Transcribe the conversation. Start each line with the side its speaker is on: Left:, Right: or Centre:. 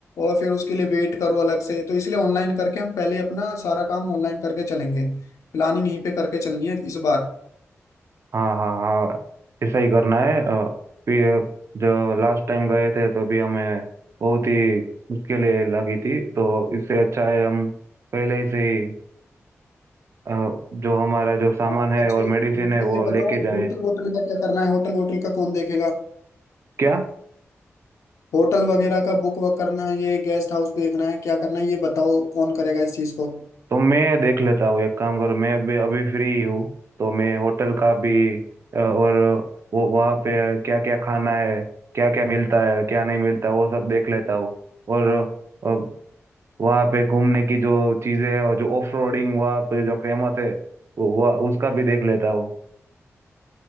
Left: और फिर उसके लिए वेट करो अलग से तो इसलिए ऑनलाइन करके हम पहले अपना सारा काम ऑनलाइन करके चलेंगे प्लानिंग यहीं पे करके चलनी है इस बार
Right: हाँ हाँ हाँ ऐसा ही करना है अ, फिर जो लास्ट टाइम गए थे तो भी हमें बहुत ही मुश्किलें लगी थी तो इससे अच्छा है हम पहले से ही अ, जो हमारा जो सामान
Left: अच्छा
Right: है और
Left: ये मतलब
Right: मेडिसिन है वो
Left: ये बताओ
Right: लेके जाए
Left: होटल वोटल का क्या करना है होटल वोटल का कौन देखेगा
Right: क्या
Left: होटल वगैरह का बुक वक करना है ये गेस्ट हाउस देखना है क्या करना है ये बताओ कौन करेगा इस चीज को
Right: तो मैं देख लेता हूँ एक काम करो मैं अभी अभी फ्री हूँ तो मैं होटल का भी अ, और वो वहाँ पे क्या क्या खाना है क्या क्या मिलता है क्या नहीं मिलता वो सब देख लेता हूँ और अ, वहाँ पे घूमने की जो चीज़ें हैं और जो ऑफ रोडिंग वहाँ पे जो फेमस है वो वह उसका भी देख लेता हूँ